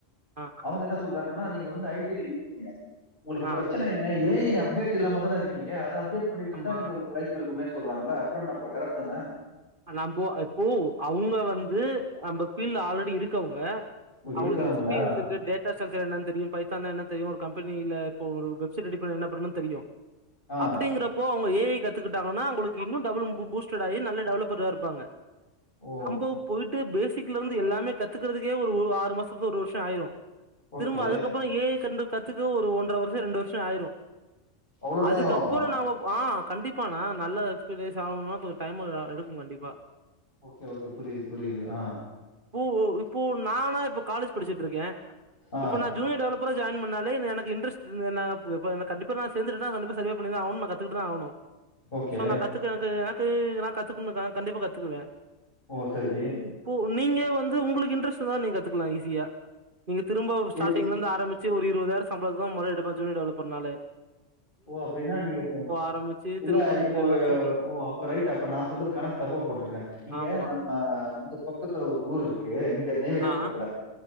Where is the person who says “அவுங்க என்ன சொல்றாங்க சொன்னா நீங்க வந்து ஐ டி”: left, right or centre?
Left